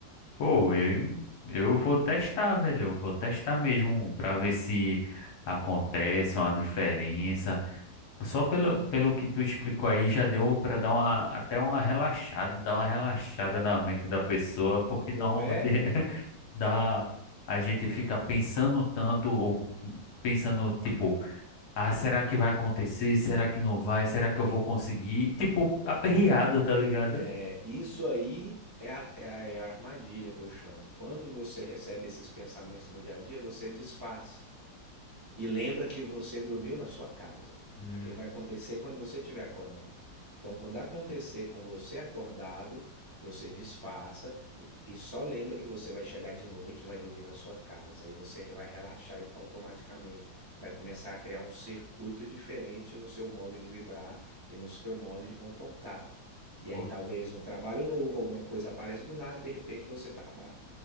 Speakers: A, on the left; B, on the right.
A: Pô, eu, eu vou testar, velho. Eu Vou testar mesmo pra ver se acontece uma diferença. Só pelo, pelo que tu explicou aí, já deu para dar uma, até uma relaxada, dar uma relaxada na mente da pessoa, porque
B: Não
A: normalmente
B: é?
A: <laughs> dá, a gente fica pensando tanto, ou pensando, tipo, ah, será que vai acontecer? Será que não vai? Será que eu vou conseguir? Tipo, aperreada, tá ligado?
B: É, isso aí é a, é a- é a armadilha que eu chamo. Quando você recebe esses pensamentos no dia a dia, você disfarça. E lembra que você dormiu na sua casa,
A: Hum,
B: porque vai acontecer quando você estiver acordado. Então, quando acontecer com você acordado, você desfaça e, e só lembra que você vai chegar de noite, e vai dormir na sua casa e você vai relaxar automaticamente, vai começar a criar um circuito diferente no seu modo de vibrar e no seu modo de comportar.
A: pô,
B: E aí talvez um trabalho novo, alguma coisa apareça do nada e de repente você está lá,